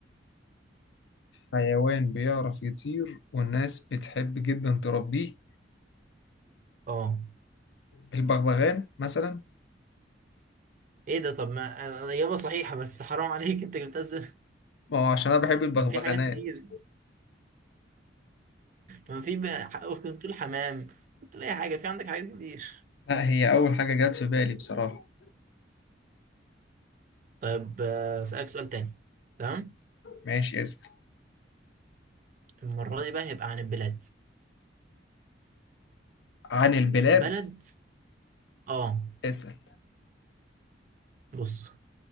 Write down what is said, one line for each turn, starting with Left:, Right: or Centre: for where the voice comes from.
Left: حيوان بيعرف يطير والناس بتحب جدا تربيه
Right: اه
Left: البغبغان مثلا
Right: ايه ده طب ما آه، اجابه صحيحه بس حرام عليك انت جبتها ازاي؟
Left: ما هو عشان انا بحب
Right: <laughs>
Left: البغبغانات
Right: ما في حاجات كتير ما في بقى ح- ممكن تقول حمام تقول أي حاجة في عندك حاجات كتير
Left: لا هي اول حاجة جت في بالي بصراحة
Right: طيب آه، أسألك سؤال تاني تمام
Left: ماشي اسأل
Right: المرة دي بقى هيبقى عن البلاد
Left: عن البلاد
Right: بلد آه
Left: اسأل
Right: بص